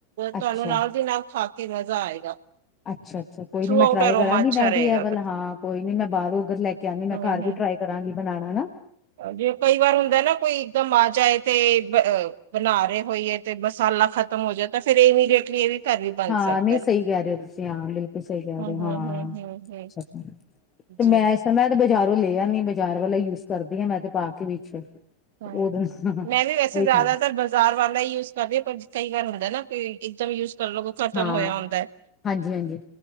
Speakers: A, on the left (about 20°); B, on the right (about 55°).
A: ਅੱਛਾ
B: ਤੁਹਾਨੂੰ ਨਾਲ ਦੀ ਨਾਲ ਖਾ ਕੇ ਮਜ਼ਾ ਆਏਗਾ
A: ਅੱਛਾ ਅੱਛਾ ਕੋਈ
B: ਥਰੂ
A: ਨੀ ਮੈਂ
B: ਆਊਟ
A: ਟਰਾਈ
B: ਅਰੋਮਾ
A: ਕਰਾਂਗੀ
B: ਅੱਛਾ
A: ਮੈਂ
B: ਰਹੇਗਾ
A: ਵੀ ਇਹ ਵੱਲ
B: ਉਹਦਾ।
A: ਹਾਂ ਕੋਈ ਨੀ ਮੈਂ ਬਾਹਰੋਂ ਉਧਰ ਲੈ ਕੇ ਆਉਂਦੀ ਮੈਂ
B: ਹਮ
A: ਘਰ ਵੀ ਟਰਾਈ ਕਰਾਂਗੀ ਬਣਾਉਣਾ ਹਨਾ
B: ਜੇ ਕਈ ਵਾਰ ਹੁੰਦਾ ਨਾ ਕੋਈ ਇਕਦਮ ਆ ਜਾਏ ਤੇ ਬਣਾ ਰਹੇ ਹੋਈਏ ਤੇ ਮਸਾਲਾ ਖਤਮ ਹੋ ਜਾਏ ਤਾਂ ਫੇਿਰ ਇਮੀਡੀਏਟਲੀ ਇਹ ਵੀ ਘਰ ਵੀ ਬਣ
A: ਹਾਂ
B: ਸਕਦਾ
A: ਨਹੀਂ ਸਹੀ ਕਹਿ ਰਹੇ ਹੋ ਤੁਸੀਂ ਹਾਂ ਬਿਲਕੁਲ ਸਹੀ ਕਹਿ
B: ਹਮ
A: ਰਹੇ ਹੋ
B: ਹਮ
A: ਹਾਂ
B: ਹਮ ਹਮ ਹਮ
A: ਅੱਛਾ ਅੱਛਾ ਤੇ
B: ਜੀ
A: ਮੈਂ ਮੈਂ ਤੇ ਬਾਜ਼ਾਰੋਂ ਲੈ ਆ ਨ ਬਾਜ਼ਾਰ ਵਾਲਾ ਯੂਜ ਕਰਦੀ ਹਾਂ ਮੈਂ ਤੇ ਪਾ ਕੇ ਵਿੱਚ
B: ਹਾਂ
A: ਉਹਦੇ
B: ਮੈਂ ਵੀ ਵੈਸੇ
A: ਉਹੀ
B: ਜ਼ਿਆਦਾਤਰ
A: ਖਾ
B: ਬਾਜ਼ਾਰ ਵਾਲਾ ਹੀ ਯੂਜ ਕਰਦੀ ਹਾਂ ਪਰ ਕਈ ਗਾਰ ਹੁੰਦਾ ਨਾ ਕੋ ਇਕਦਮ ਯੂਜ ਕਰਨ ਲ ਖਤਮ
A: ਹਾਂ
B: ਹੋਇਆ ਹੁੰਦਾ ਹੈ
A: ਹਾਂਜੀ ਹਾਂਜੀ